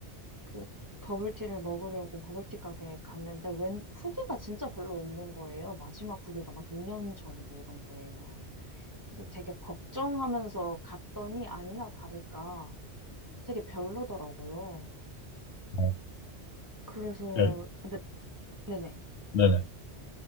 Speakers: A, on the right (about 25°); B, on the left (about 70°).
A: 그 버블티를 먹으려고 버블티 가게에 갔는데 웬 후기가 진짜 별로 없는 거예요. 마지막 후기가 막 2년 전이고 이런 거예요. 그래서 되게 걱정하면서 갔더니 아니나 다를까 되게 별로더라고요.
B: 어,
A: 그래서
B: 네,
A: 근데 네네.
B: 네네.